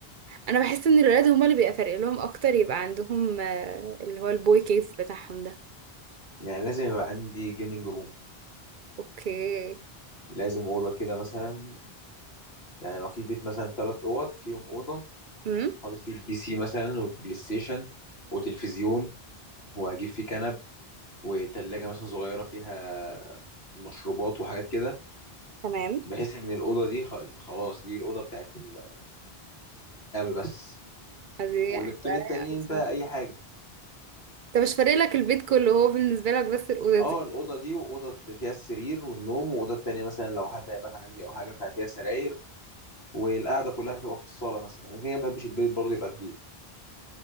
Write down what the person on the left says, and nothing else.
يعني لازم يبقى عندي جيمنج روم
لازم أوضة كده مثلا يعني لو في بيت مثلا ثلاث أوض فيهم أوضة
حاطط فيه مم. البي سي مثلا والبلاي ستيشن وتلفزيون وهجيب فيه كنب وتلاجة مثلا صغيرة فيها مشروبات وحاجات كده
بحيث إن الأوضة دي خ- خلاص دي الأوضة بتاعت اللعب بس
والاوضتين
التانيين
بقى اي حاجه
اه
الاوضه دي واوضه فيها السرير والنوم واوضه التانيه مثلا لو حد هيبات عندي او حاجه ففيها سراير والقعده كلها تبقى في الصاله مثلا انا كده ما بحبش البيت برضه يبقى كبير